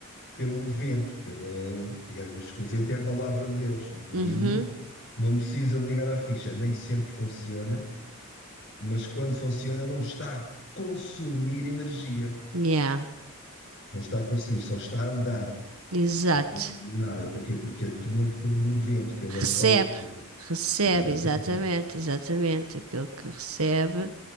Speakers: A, on the left; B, on the right.
A: pelo vento, pela, digamos que o vento é a palavra de Deus, o moinho
B: Uhum.
A: não precisa ligar à ficha, nem sempre funciona, mas quando funciona não está a consumir energia,
B: Yeah,
A: não está a consumir, só está a dar,
B: exato.
A: não consome nada. Porquê? Porque atua pelo vento, pela
B: Recebe,
A: palavra.
B: recebe,
A: Exatamente.
B: exatamente, exatamente. Aquele que recebe